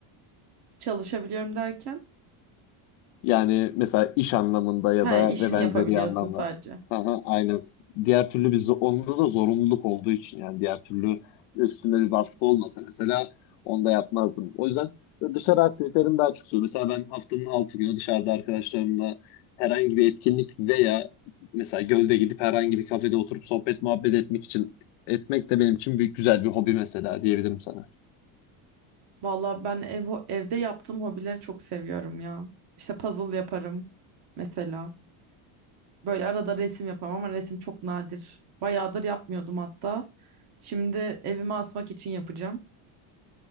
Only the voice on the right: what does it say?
Çalışabiliyorum derken?
Ha,
işini
yapabiliyorsun
sadece.
Valla ben ev, evde yaptığım hobileri çok seviyorum ya. İşte puzzle yaparım mesela. Böyle arada resim yaparım ama resim çok nadir. Bayağıdır yapmıyordum hatta. Şimdi evime asmak için yapacağım.